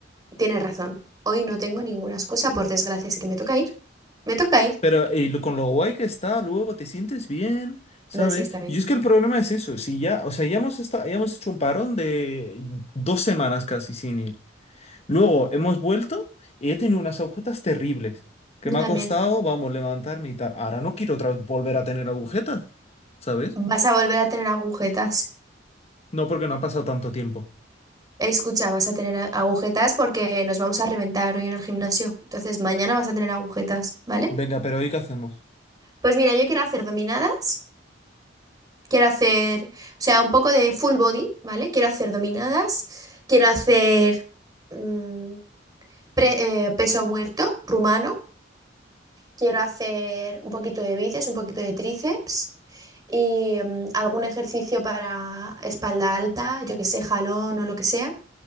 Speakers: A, on the right; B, on the left.
A: Tienes razón. Hoy no tengo ninguna excusa, por desgracia, así que me toca ir. Me toca ir.
B: Pero y lo- con lo guay que está, luego te sientes bien, ¿sabes?
A: No, sí, está bien.
B: Y es que el problema es eso. Si ya, o sea, ya hemos estado, ya hemos hecho un parón de dos semanas casi sin ir. Luego hemos vuelto y he tenido unas agujetas terribles. Que
A: Yo
B: me
A: también.
B: ha costado, vamos, levantarme y tal. Ahora no quiero otra vez volver a tener agujetas, ¿sabes?
A: Vas a volver a tener agujetas.
B: No porque no ha pasado tanto tiempo.
A: Escucha, vas a tener a- agujetas porque nos vamos a reventar hoy en el gimnasio. Entonces, mañana vas a tener agujetas, ¿vale?
B: Venga, pero hoy qué hacemos?
A: Pues mira, yo quiero hacer dominadas. Quiero hacer, o sea, un poco de full body, ¿vale? Quiero hacer dominadas, quiero hacer mm, pre- eh, peso muerto rumano, quiero hacer un poquito de bíceps, un poquito de tríceps y mm, algún ejercicio para espalda alta, yo que sé, jalón o lo que sea.